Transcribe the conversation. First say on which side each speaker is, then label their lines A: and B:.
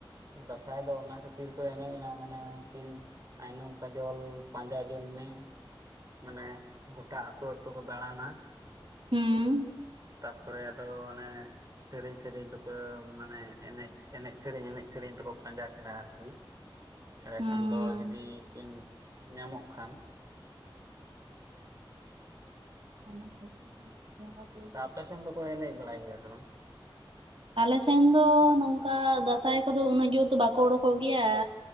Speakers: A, on the right (about 40°); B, on the right (about 80°).
A: ᱫᱟᱸᱥᱟᱭ ᱫᱚ ᱚᱱᱟ ᱠᱷᱟᱹᱛᱤᱨ ᱠᱚ ᱮᱱᱮᱡᱼᱟ ᱢᱟᱱᱮ ᱩᱱᱠᱤᱱ ᱟᱭᱱᱚᱢ ᱠᱟᱡᱚᱞ ᱯᱟᱸᱡᱟ ᱡᱚᱱ ᱢᱮ ᱢᱟᱱᱮ ᱜᱚᱴᱟ ᱟᱛᱳ ᱟᱹᱛᱩ ᱠᱚ ᱫᱟᱬᱟᱱᱟ᱾
B: ᱦᱩᱢ
A: ᱛᱟᱨ ᱯᱚᱨᱮ ᱟᱫᱚ ᱚᱱᱮ ᱥᱮᱨᱮᱧ ᱥᱮᱨᱮᱧ ᱫᱚᱠᱚ ᱢᱟᱱᱮ ᱮᱱᱮᱡ ᱮᱱᱮᱡ ᱥᱮᱨᱮᱧ ᱮᱱᱮᱡ ᱥᱮᱨᱮᱧ ᱛᱮᱠᱚ ᱯᱟᱸᱡᱟ ᱠᱤᱱᱟ ᱟᱨᱠᱤ ᱮᱸᱰᱮ
B: ᱦᱩᱸ
A: ᱠᱷᱟᱱ ᱫᱚ ᱡᱩᱫᱤ ᱠᱤᱱ ᱧᱟᱢᱚᱜ ᱠᱷᱟᱱ᱾
B: ᱚᱱᱟ ᱛᱮ <inaudible>
A: ᱛᱟ ᱟᱯᱮ ᱥᱮᱱ ᱫᱚᱠᱚ ᱮᱱᱮᱡ ᱵᱟᱲᱟᱭ ᱜᱮᱭᱟ ᱥᱮ ᱵᱟᱝ?
B: ᱟᱞᱮ ᱥᱮᱱ ᱫᱚ ᱱᱚᱝ ᱠᱟ ᱫᱟᱸᱥᱟᱭ ᱠᱚᱫᱚ ᱩᱱᱟᱹᱜ ᱡᱳᱨ ᱫᱚ ᱵᱟᱠᱚ ᱩᱰᱩᱠᱚᱜ ᱜᱮᱭᱟ᱾